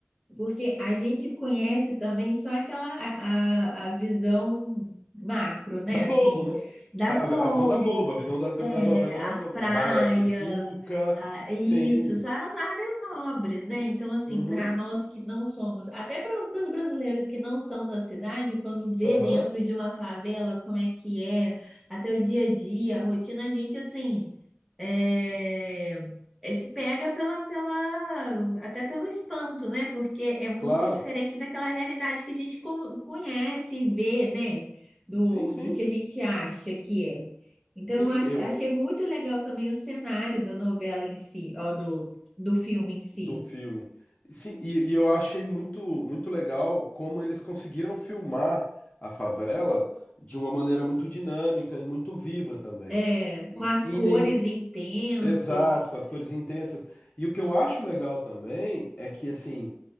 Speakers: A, in the centre; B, on the left (about 40°).
A: Porque a gente conhece também só aquela a, a a visão macro, né?
B: Da Globo,
A: Assim,
B: né?
A: da
B: A,
A: Globo,
B: a- a visão da Globo, a visão da- da-
A: é,
B: das novelas
A: as
B: da Globo.
A: praias,
B: É Barra da Tijuca,
A: a- isso,
B: sim.
A: só as áreas nobres, né? Então, assim,
B: Uhum,
A: para nós que não somos, até para os brasileiros que não são da cidade, quando vê
B: aham,
A: dentro de uma favela como é que é, até o dia a dia, a rotina, a gente, assim. é, esse pega pela, pela, até pelo espanto, né? Porque é muito
B: claro.
A: diferente daquela realidade que a gente co- conhece e vê, né? Do,
B: Sim, sim,
A: do que a gente acha que é. Então,
B: sim,
A: eu ach-
B: eu,
A: achei muito legal também o cenário da novela em si, ó, do, do filme em si.
B: do filme. Sim, e, e eu achei muito, muito legal como eles conseguiram filmar a favela de uma maneira muito dinâmica e muito viva também.
A: É,
B: E,
A: com as
B: e
A: cores
B: em nenhum.
A: intensas.
B: Exato, com as cores intensas. E o que eu acho legal também é que, assim.